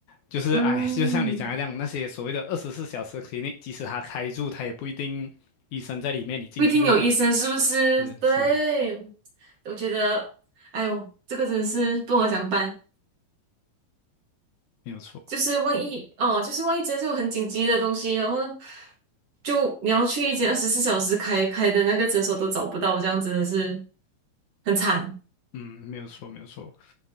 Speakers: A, on the left; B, on the right.
A: 就是，
B: 嗯，
A: 哎，就像你讲的这样，那些所谓的二十四小时 c l i 即使他开住，他也不一定医生在里面，你进去就可以。
B: 不一定有医生，是不是？
A: 是是，
B: 对，我觉得，哎呦，这个真的是不好讲办。
A: 没有错，
B: 就是万一哦，就是万一真的是有很紧急的东西，然后就你要去一间二十四小时开开的那个诊所都找不到，这样真的是很惨，
A: 嗯，没有错，没有错。